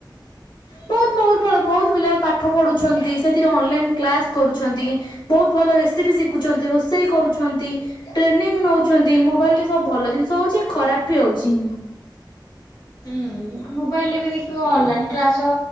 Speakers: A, on the left (about 75°); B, on the left (about 50°).
A: ବହୁତ ବହୁତ ଭଲ ବହୁତ ପିଲା ପାଠ ପଢୁଛନ୍ତି ସେଥିରେ ଅନଲାଇନ କ୍ଲାସ କରୁଛନ୍ତି। ବହୁତ ଭଲ ରେସିପି ଶିଖୁଛନ୍ତି ରୋଷେଇ କରୁଛନ୍ତି। ଟ୍ରେନିଂ ନେଉଛନ୍ତି ମୋବାଇଲରେ ସବୁ ଭଲ ଜିନିଷ ହଉଛି ଖରାପ ବି ହେଉଛି।
B: ହୁଁ ମୋବାଇଲ ରେ ବି ଦେଖିବ ଅନଲାଇନ୍ କ୍ଲାସ